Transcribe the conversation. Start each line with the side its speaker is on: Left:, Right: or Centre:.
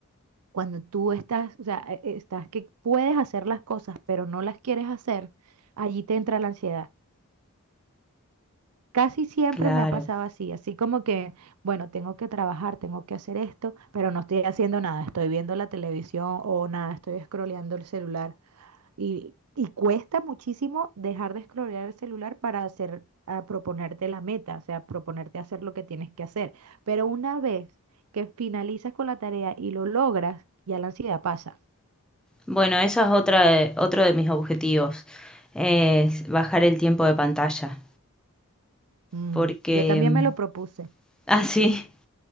Right: cuando tú estás, o sea, e- estás que puedes hacer las cosas, pero no las quieres hacer, allí te entra la ansiedad. Casi siempre
Centre: Claro.
Right: me ha pasado así, así como que, bueno, tengo que trabajar, tengo que hacer esto, pero no estoy haciendo nada, estoy viendo la televisión o nada, estoy scrolleando el celular. Y, y cuesta muchísimo dejar de scrollear el celular para hacer, a proponerte la meta, o sea, proponerte hacer lo que tienes que hacer. Pero una vez que finalizas con la tarea y lo logras, ya la ansiedad pasa.
Centre: Bueno, esa es otra de- otro de mis objetivos, es bajar el tiempo de pantalla,
Right: Mm,
Centre: porque
Right: yo también
Centre: mm,
Right: me lo
Centre: <laughs>
Right: propuse.
Centre: así